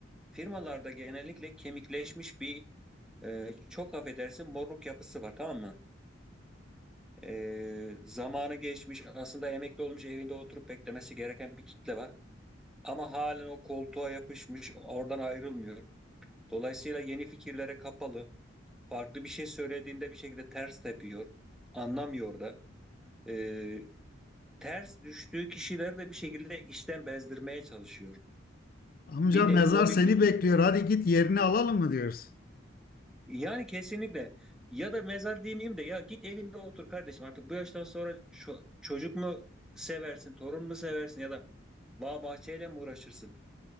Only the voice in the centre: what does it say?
Firmalarda genellikle kemikleşmiş bir e, çok affedersin moruk yapısı var tamam mı? E, zamanı geçmiş aslında emekli olmuş evinde oturup beklemesi gereken bir kitle var. Ama halen o koltuğa yapışmış oradan ayrılmıyor. Dolayısıyla yeni fikirlere kapalı. Farklı bir şey söylediğinde bir şekilde ters tepiyor. Anlamıyor da e, ters düştüğü kişileri de bir şekilde işten bezdirmeye çalışıyor.
Bir nevi
mobbing
uyguluyor.
Yani kesinlikle ya da mezar demeyeyim de ya git evinde otur kardeşim artık bu yaştan sonra ço- çocuk mu seversin, torun mu seversin ya da bağ bahçeyle mi uğraşırsın?